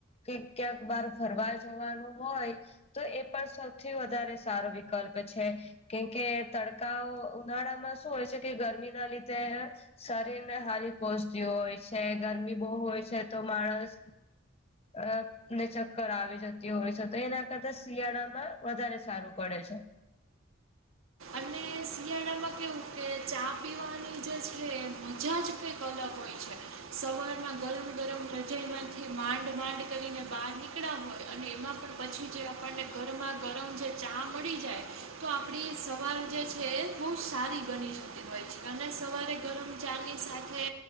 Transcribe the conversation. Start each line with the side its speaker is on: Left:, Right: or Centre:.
Left: ક ક્યાંક બર ફરવા જવાનું હોય તો એ પણ સૌથી વધારે સારો વિકલ્પ છે કેમકે તડકાઓ ઉનાળામાં શું હોય છે કે ગરમી ના લીધે શરીર ને હાનિ પોહચતી હોય છે ગરમી બહુ હોય છે તો માણસ અ ને ચક્કર આવી જતી હોય છે તો એના કદા શિયાળામાં વધારે સારું પડે છે
Right: અને શિયાળામાં કેવું કે ચા પીવાની જે છે એ મજા જ કંઈક અલગ હોય છે સવાર માં ગરમ ગરમ રજાઈમાંથી માંડ માંડ કરીને બહાર નીકળ્યા હોય અને એમાં પણ પછી જે આપણને ગરમાં ગરમ જે ચા મળી જાય તો આપણી સ સવાર જે છે એ બહુ સારી બની જતી હોય છે અને સવારે ગરમ ચાની સાથે